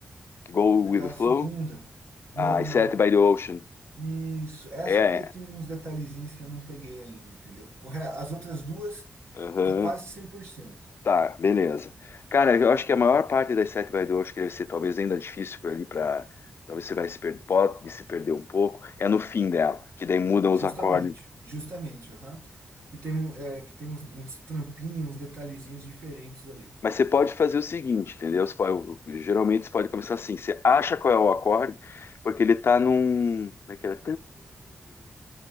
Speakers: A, on the left (about 60°); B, on the right (about 75°).
A: Go with
B: Naquela
A: the flow.
B: segunda. Não,
A: Ah, I
B: não.
A: sat by the ocean.
B: Isso. Essa
A: É,
B: aqui tem uns detalhezinhos que eu não peguei ainda, entendeu? O re- As outras duas
A: aham.
B: tá quase cem por cento
A: Tá, beleza. Cara, eu acho que a maior parte das sete vai do, acho que deve ser talvez ainda difícil por ali para talvez você vai se per- pode se perder um pouco, é no fim dela, que daí mudam
B: Justamente.
A: os acordes.
B: Justamente, aham. Que tem, um- é, que tem uns, uns trampinhos, uns detalhezinhos diferentes ali.
A: Mas você pode fazer o seguinte, entendeu? Você pode- geralmente você pode começar assim, você acha qual é o acorde, porque ele tá num, como é que era?